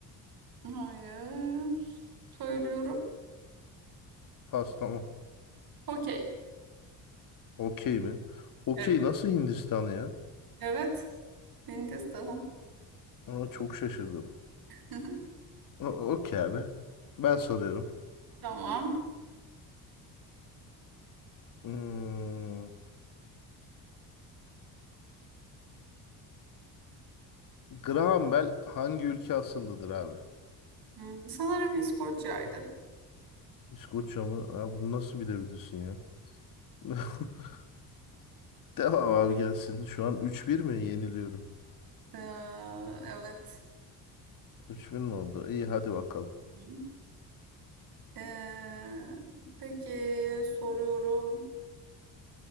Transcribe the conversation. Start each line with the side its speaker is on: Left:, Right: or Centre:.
Right: Hayır. Söylüyorum.
Left: Pas tamam.
Right: Okey.
Left: Okey mi? Okey
Right: Evet.
Left: nasıl Hindistan'ı ya?
Right: Evet. Mendes tamam.
Left: Aa, çok şaşırdım.
Right: <laughs>
Left: O- Okey abi. Ben soruyorum.
Right: Tamam.
Left: Hmm, Graham Bell hangi ülke asıllıdır abi?
Right: Hmm, Sanırım İskoçya'ydı.
Left: İskoçya mı? Aa, bunu nasıl bilebilirsin ya? <laughs> Devam abi gelsin. Şu an üç bir mi yeniliyorum?
Right: Ee, evet.
Left: 3000 mi oldu? İyi hadi bakalım.
Right: Hı. Ee, peki soruyorum.